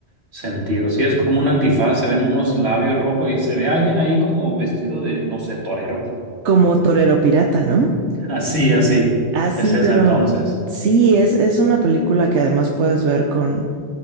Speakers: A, on the right; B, on the right.
A: sentido. Sí, es como un antifaz, se ven unos labios rojos y se ve alguien ahí como vestido de, no sé, torero.
B: Como Torero Pirata, ¿no?
A: <laughs> Así, así.
B: Así,
A: Es esa
B: pero
A: entonces.
B: sí, es, es una película que además puedes ver con,